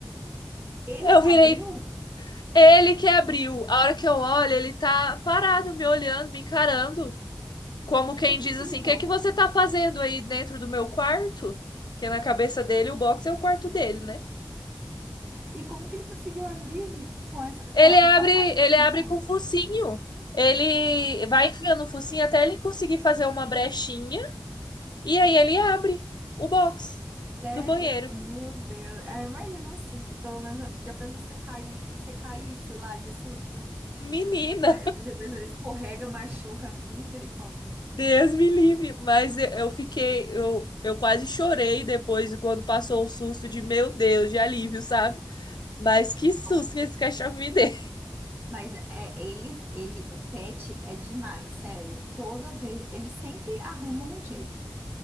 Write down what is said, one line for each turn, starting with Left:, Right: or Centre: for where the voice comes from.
Right: ele
Left: Eu
Right: que
Left: virei
Right: abriu?
Left: ele que abriu. A hora que eu olho, ele tá parado, me olhando, me encarando. Como
Right: Como
Left: quem
Right: que ele
Left: diz
Right: conseguiu?
Left: assim: o que, é que você tá fazendo aí dentro do meu quarto? Que na cabeça dele, o box é o quarto dele, né?
Right: E como que ele conseguiu abrir com essa,
Left: Ele
Right: com a,
Left: abre,
Right: com a pastinha?
Left: ele abre com o focinho. Ele vai enfiando o focinho até ele conseguir fazer uma brechinha. E aí ele abre o box
Right: Sério?
Left: do banheiro.
Right: Meu Deus. Ah, imagina o susto, pelo menos. Já pensou se você cair, se caísse lá de susto?
Left: Menina,
Right: Credo, Já pensou, escorrega, machuca. Misericórdia.
Left: Deus me livre, mas eu eu fiquei, eu, eu quase chorei depois quando passou o susto de meu Deus, de alívio, sabe? Mas que susto
Right: Nossa.
Left: que esse cachorro me deu.
Right: Mas é, eles, ele, o pet é demais, sério. Toda vez, eles sempre arrumam um jeito.